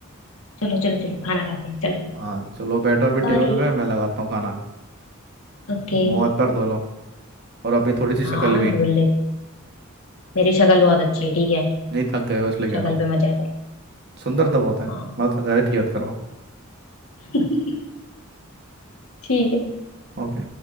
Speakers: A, on the left (about 75°); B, on the right (about 55°).
A: चलो चलो चलो खाना खाते हैं चलो
B: हाँ चलो बैठो अभी टेबल
A: सॉरी
B: पे मैं लगाता हूँ खाना
A: ओके
B: मुंह हाथ पर धो लो और अपनी थोड़ी सी
A: हाँ
B: शक्ल भी
A: धुल ले रही मेरी शक्ल बहुत अच्छी है ठीक है
B: नहीं थक गए हो इसलिए कह
A: शक्ल
B: रहा हूँ
A: पे मजा करो
B: सुंदर तो बहुत है
A: हाँ
B: मैं तो थकावट की बात कर रहा
A: <laughs> ठीक है
B: हूँ ओके